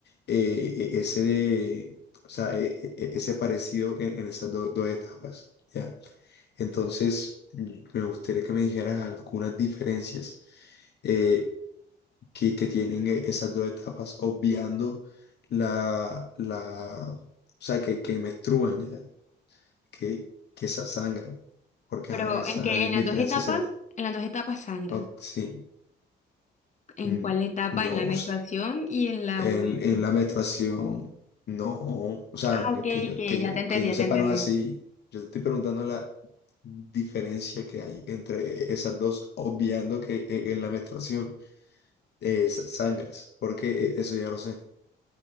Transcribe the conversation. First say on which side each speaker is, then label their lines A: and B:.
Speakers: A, on the left; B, on the left.
A: eh, eh, ese de, o sea, eh, eh, eh, ese parecido en, en esas do- dos etapas, ¿ya? Entonces, mm, me gustaría que me dijeras algunas diferencias eh, que, que tienen eh, esas dos etapas, obviando la, la, o sea, que, que menstruan ya, que, que esa sangran, porque
B: pero
A: ajá, esa
B: en que
A: di-
B: en
A: diferencia
B: las dos etapas,
A: sí, la-
B: en las dos etapas sangras.
A: o- sí,
B: ¿En
A: mm,
B: cuál etapa?
A: no,
B: En la menstruación
A: s-
B: y en la
A: en,
B: ovulación.
A: en la menstruación, no, o sea,
B: Ah,
A: yo-
B: ok,
A: que yo,
B: que
A: que
B: ya
A: yo,
B: te entendí,
A: que yo
B: ya
A: sepa
B: te entendí.
A: no es así, yo te estoy preguntando la diferencia que hay entre esas dos, obviando que eh, en la menstruación eh, sa- sangras, porque eh, eso ya lo sé.